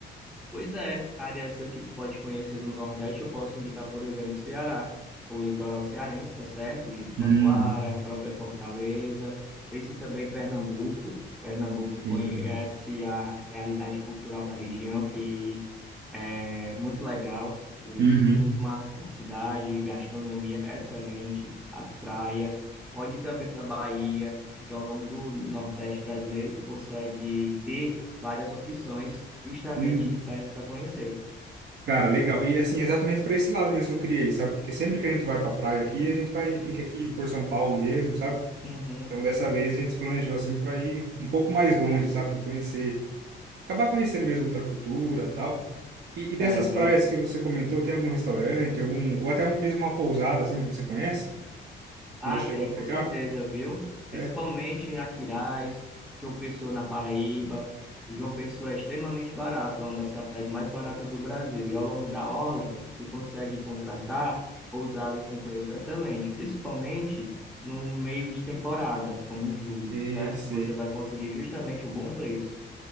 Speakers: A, in the centre; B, on the right.
A: Pois é, áreas que tu pode conhecer do Nordeste, eu posso indicar, por exemplo, o Ceará, o litoral cearense, tá certo? Jericoacoara,
B: Uhum,
A: a própria Fortaleza, tem-se também Pernambuco. Pernambuco, tu conhece
B: sim.
A: a realidade cultural da região, que é muito legal. O
B: Uhum.
A: clima, a cidade, gastronomia excelente, as praias. Pode ir também para Bahia. Então, ao longo do Nordeste brasileiro, tu consegue ter várias opções justamente
B: Uhum.
A: de praias para conhecer.
B: Cara, legal. E assim, exatamente para esse lado mesmo que eu criei, sabe? Porque sempre que a gente vai para praia aqui, a gente vai fica aqui por São Paulo mesmo, sabe?
A: Uhum.
B: Então dessa vez a gente se planejou assim para ir um pouco mais longe, sabe? E Conhecer, acabar conhecendo mesmo outra cultura, tal. E, e dessas
A: É, viu?
B: praias que você comentou, tem algum restaurante, algum ou até mesmo uma pousada assim que você conhece?
A: Ah,
B: Você já chegou
A: tem,
B: a pegar?
A: com certeza, viu? Principalmente
B: É?
A: em Aquiraz, João Pessoa na Paraíba. O João Pessoa é extremamente barato, é uma das capitais mais baratas do Brasil. E ao longo da orla, tu consegue contratar pousadas com preço excelente, principalmente no meio de temporada, como julho,
B: Sei,
A: certo?
B: sei.
A: Você vai conseguir justamente um bom preço.